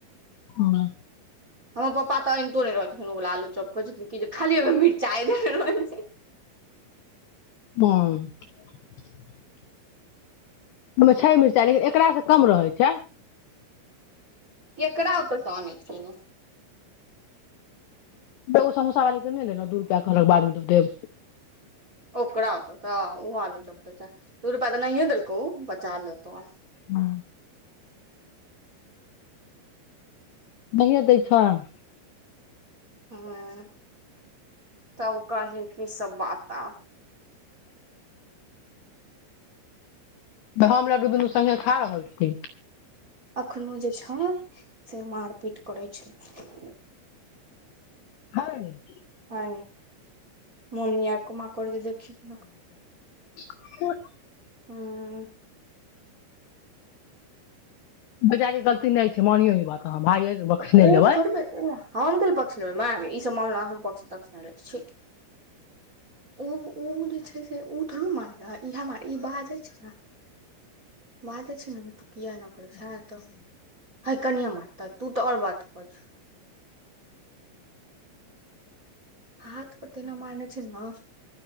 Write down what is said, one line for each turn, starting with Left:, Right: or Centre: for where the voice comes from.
Left: हां
Right: हमर पापा तऽ अनितो नहि रहैतीन उ बला आलूचप कहै जथिन जे खाली ओहि मिरचाइ देने रहै छै <inaudible>
Left: ह <unintelligible> ओहि मे छै मिरचाइ लेकिन एकरा से कम रहै छै
Right: केकर औता से तऽ अने छिही
Left: एगो समोस वाली के नहि लेलहु दू रुपआ कहलोउ बाद मे दऽ देब
Right: ओकरा होत त ओालू चप दऽ छै दू रुपया त न नहिए देलकौ ओ बचा लेतऊ
Left: हँ नहि एतै एखन
Right: ह तब कही कि सब बात आ
Left: तऽ हम लाड्ड दुनू संघे खा रहल छी
Right: एखनहु जे छै से मारपीट करै छलै
Left: हय
Right: ह मम्मी आर को म कर जे देखी केना
Left: ह <unintelligible>
Right: हँ
Left: बजारी गलती नहि छै मानियो ई बात अहाँ भाये बख्सने
Right: तऽ ओ
Left: लेबै
Right: थोड़बे उ हम गेल पक्ष लेब ने तमरा हम पक्छ तक्ष नइ लइए छै ओ ओ जे छै से ओ थोड़ मारै ईहा मारै रहय ई बाजै छै ने बादे छै न जे त कए न करै छै तऽ ह कनए मारता तू तऽ आओर बात कर छ हाथ पर तेना मारने छै ने